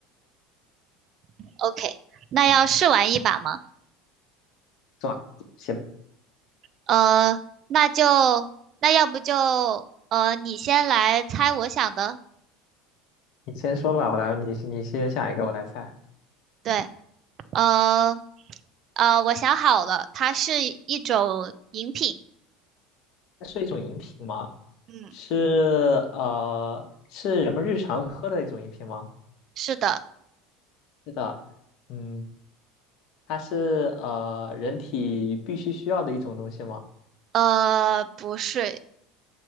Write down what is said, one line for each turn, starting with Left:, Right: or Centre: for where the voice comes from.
Right: OK，那要试玩一把吗？
Left: 做行，
Right: 呃，那就那要不就呃，你先来猜我想的。
Left: 你先说吧，我来，你你先想一个，我来猜。
Right: 对，呃呃，我想好了，它是一种饮品。
Left: 它是一种饮品吗？
Right: 嗯，
Left: 是呃，是人们日常喝的一种饮品吗？
Right: 是的。
Left: 是的，嗯，它是呃人体必须需要的一种东西吗？
Right: 呃，不是，